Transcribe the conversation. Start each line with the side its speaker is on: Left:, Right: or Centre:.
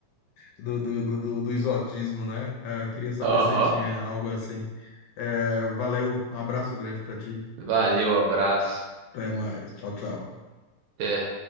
Left: do, do, do, do do exotismo, né? É, queria saber
Right: Aham.
Left: se você tinha algo assim. É, valeu, um abraço grande pra ti.
Right: Valeu, abraço.
Left: Até mais. Tchau, tchau.
Right: Até.